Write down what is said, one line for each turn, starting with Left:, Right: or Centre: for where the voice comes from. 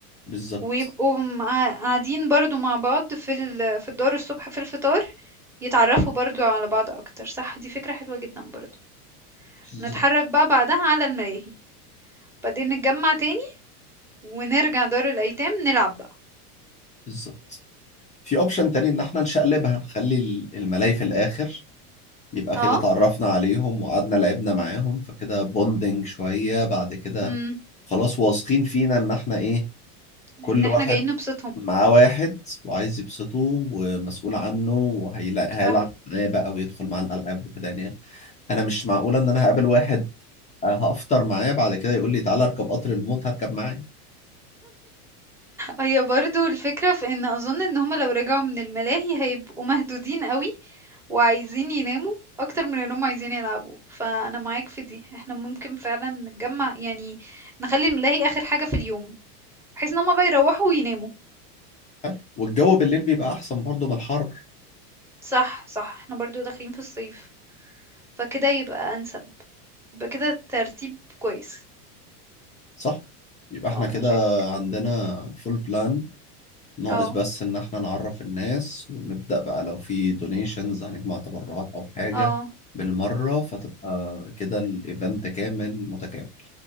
Left: بالظبط
Centre: ويبقوا مع- قاعدين برضو مع بعض في ال... في الدار الصبح في الفطار يتعرفوا برضو على بعض أكتر صح دي فكرة حلوة جدا برضو
Left: بالظبط
Centre: نتحرك بقى بعدها على الملاهي بعدين نتجمع تاني ونرجع دار الأيتام نلعب بقى
Left: بالظبط في اوبشن تاني ان احنا نشقلبها نخلي ال- الملاي في الاخر يبقى
Centre: اه
Left: كده اتعرفنا عليهم وقعدنا لعبنا معاهم فكده بوندنج شوية بعد كده
Centre: امم
Left: خلاص واثقين فينا ان احنا ايه
Centre: ان
Left: كل
Centre: احنا
Left: واحد
Centre: جايين نبسطهم
Left: معاه واحد وعايز يبسطه ومسؤول عنه وهيلعب
Centre: صح
Left: معاه بقى ويدخل معاه الالعاب وكده يعني انا مش معقولة ان انا هقابل واحد هفطر معاه بعد كده يقول لي تعالى اركب قطر الموت هركب معاه
Centre: هي برضو الفكرة في ان اظن ان هما لو رجعوا من الملاهي هيبقوا مهدودين قوي وعايزين يناموا اكتر من انهم عايزين يلعبوا فانا معاك في دي احنا ممكن فعلا نتجمع يعني نخلي الملاهي اخر حاجة في اليوم بحيث ان هما بقى يروحوا ويناموا
Left: حلو والجو بالليل بيبقى احسن برضه من الحر
Centre: صح صح احنا برضو داخلين في الصيف فكده يبقى انسب يبقى كده ترتيب كويس
Left: صح يبقى احنا
Centre: اه
Left: كده
Centre: انا شايفك
Left: عندنا فول بلان ناقص
Centre: اه
Left: بس ان احنا نعرف الناس ونبدأ بقى لو في دونيشنز هنجمع تبرعات او حاجة
Centre: اه
Left: بالمرة فتبقى كده الايفنت كامل متكامل